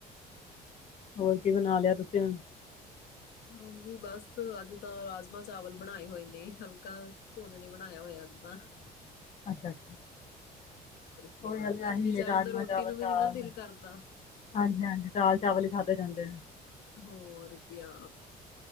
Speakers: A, on the left; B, on the left.
A: ਹੋਰ ਕੀ ਬਣਾ ਲਿਆ ਤੁਸੀਂ ਹੁਣ
B: ਹਾਂਜੀ ਬਸ ਅੱਜ ਤਾਂ ਰਾਜਮਾਂ ਚਾਵਲ ਬਣਾਏ ਹੋਏ ਨੇ ਹਲ ਭੋਜ ਨੇ ਬਣਾਇਆ ਹੋਇਆ ਸੀ ਵਾਹ
A: ਅੱਛਾ ਅੱਛਾ
B: ਕਿਆ
A: ਕੋਈ ਹ
B: ਗਰਮੀ
A: ਆਹੀ
B: ਚ ਐਵੇਂ
A: ਰਾਜਮਾਂ
B: ਹੁੰਦਾ ਰੋਟੀ
A: ਚਾਵਲ
B: ਨੂੰ ਵੀ
A: ਦਾਲ
B: ਨੀ ਨਾ ਦਿਲ ਕਰਦਾ
A: ਹਾਂਜੀ ਹਾਂਜੀ ਦਾਲ ਚਾਵਲ ਹੀ ਖਾਦੇੇ ਜਾਂਦੇ ਆ
B: ਹੋਰ ਕੀ ਆ